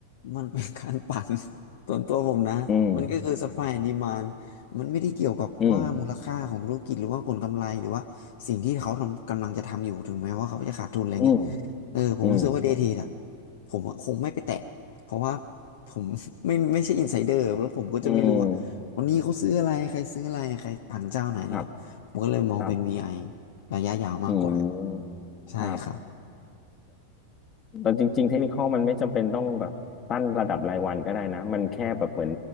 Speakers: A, on the left; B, on the left.
A: มันเป็นการปั่น <laughs> ส่วนตัวผมนะมันก็คือ
B: อืม
A: supply and demand มันไม่ได้เกี่ยวกับว่ามูลค่าของธุรกิจหรือว่าผลกำไรหรือว่าสิ่งที่เขาทำกำลังจะทำอยู่ถึงแม้ว่าเขาจะขาดทุนอะไรเงี้ย
B: อืมอืม
A: เออผมรู้สึกว่า
B: อืม
A: Day Trade อ่ะผมอะคงไม่ไปแตะเพราะว่าผม <laughs> ไม่ <laughs> ไม่ใช่ insider แล้วผมก็จะไม่รู้ว่าวันนี้เขาซื้ออะไรใครซื้ออะไรใครปั่นเจ้าไหน
B: อืมครับ
A: ผมก็เลยมองเป็น
B: ครับ
A: VI ระยะยาวมากกว่า
B: อืมครับ
A: ใช่ครับ
B: เราจริงๆเทคนิคอลมันไม่จำเป็นต้องแบบตั้งระดับรายวันก็ได้นะ มันแค่แบบเหมือน